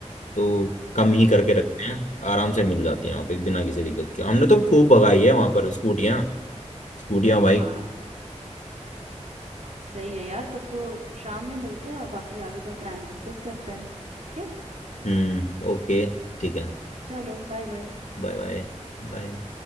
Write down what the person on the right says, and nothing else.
यही
है
हाँ सही है यार तब तो शाम में मिलते हैं और बाकी आगे का प्लान डिस्कस करते हैं ठीक है
चलो बाय बाय